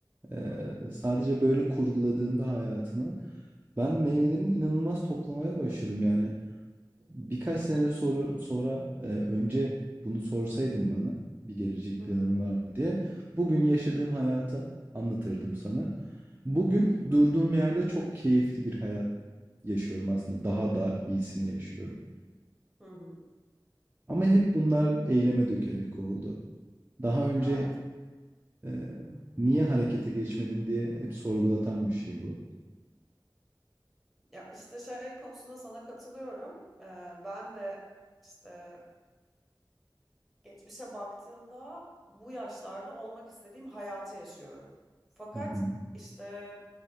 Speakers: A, on the right (about 25°); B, in the centre.
A: Ee,
B: hı hı,
A: sadece böyle kurguladığında hayatını ben meyvelerini inanılmaz toplamaya başladım. Yani birkaç sene sonra, sonra e, önce bunu sorsaydın bana bir gelecek
B: hı
A: planın
B: hı,
A: var mı diye bugün yaşadığım hayatı anlatırdım sana. Bugün durduğum yerde çok keyifli bir hayat yaşıyorum aslında. Daha da iyisini yaşıyorum.
B: hı hı.
A: Ama hep bunlar eyleme dökerek oldu. Daha önce
B: Evet.
A: e, niye harekete geçmedim diye hep sorgulatan bir şey bu.
B: Ya işte şey konusunda sana katılıyorum. Ee, ben de işte Geçmişe baktığımda bu yaşlarda olmak istediğim hayatı yaşıyorum. Fakat
A: Hı hı.
B: işte